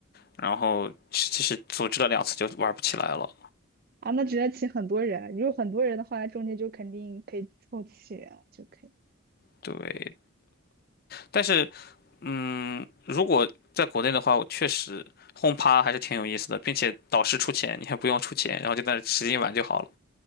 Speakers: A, on the left (about 45°); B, on the right (about 45°).
A: 然后其其实组织了两次就玩不起来了。
B: 啊，那只能请很多人。如果很多人的话，中间就肯定可以凑齐人了就可以。
A: 对，但是嗯，如果在国内的话，我确实轰趴还是挺有意思的，并且导师出钱，你还不用出钱，然后就在那使劲玩就好了。